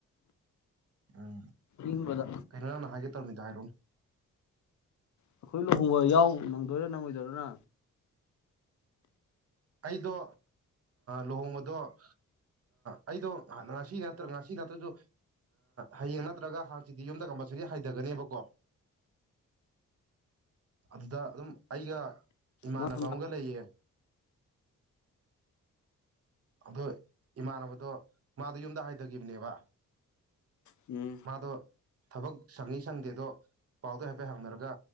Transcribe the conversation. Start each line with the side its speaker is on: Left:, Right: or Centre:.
Right: ꯎꯝ
Left: ꯏꯪꯕꯗ
Right: ꯀꯩꯅꯣ ꯅ ꯍꯥꯏꯒꯦ ꯇꯧꯕꯅꯤꯗꯣ ꯍꯥꯏꯔꯣ
Left: ꯑꯩꯈꯣꯏ ꯂꯨꯍꯣꯡꯕ ꯌꯥꯎ ꯅꯪꯗꯣꯏꯔ ꯅꯪꯉꯣꯏꯗꯣꯏꯔꯅ
Right: ꯑꯩꯗꯣ ꯂꯨꯍꯣꯡꯕ ꯑꯗꯣ ꯑꯩꯗꯣ ꯉꯁꯤ ꯅꯠꯇ꯭ꯔ ꯉꯁꯤ ꯅꯠꯇ꯭ꯔꯁꯨ ꯍꯌꯦꯡ ꯅꯠꯇ꯭ꯔꯒ ꯍꯥꯟꯆꯤꯗꯤ ꯌꯨꯝꯗ ꯀꯝꯄꯜꯁꯔꯤ ꯍꯩꯊꯒꯅꯦꯕꯀꯣ ꯑꯗꯨꯗ ꯑꯗꯨꯝ ꯑꯩꯒ ꯏꯃꯥꯟꯅꯕ
Left: ꯅꯪ
Right: ꯑꯃꯒ ꯂꯩꯌꯦ ꯑ ꯏꯃꯥꯟꯅꯕꯗꯣ ꯃꯥꯗ ꯌꯨꯝꯗ ꯍꯥꯏꯊꯈꯤꯕꯅꯦꯕ
Left: ꯌꯦ
Right: ꯃꯥꯗꯣ ꯊꯕꯛ ꯁꯪꯉꯤ ꯁꯪꯗꯦꯗꯣ ꯄꯥꯎꯗ ꯍꯥꯏꯐꯦꯠ ꯍꯪꯅꯔꯒ